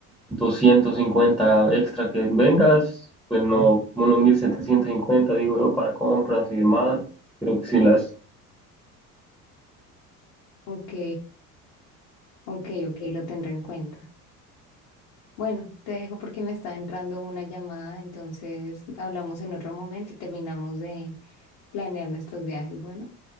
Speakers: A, in the centre; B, on the left (about 55°).
A: 250 extra que vengas. Pues no, unos 1750 digo yo, para compras y demás. Creo que sí las...
B: Ok, ok, ok, lo tendré en cuenta. Bueno, te dejo porque me está entrando una llamada, entonces hablamos en otro momento y terminamos de planear nuestros viajes. Bueno,